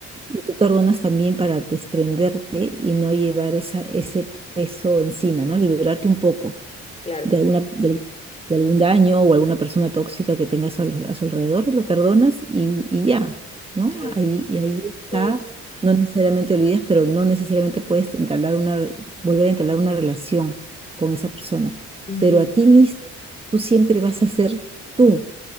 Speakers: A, on the right (about 20°); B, on the left (about 20°).
A: Y tú perdonas también para desprenderte y no llevar esa, ese peso encima, ¿no? Liberarte un poco.
B: Claro,
A: de alguna, de, algún de algún daño o alguna persona tóxica que tengas a, los- a su alrededor, lo perdonas y, y ya, ¿no?
B: claro.
A: Ahí, y ahí está,
B: Y ahí.
A: no necesariamente olvidas, pero no necesariamente puedes entablar una, volver a entablar una relación con esa persona.
B: ujú,
A: Pero a ti mismo, tú siempre vas a ser tú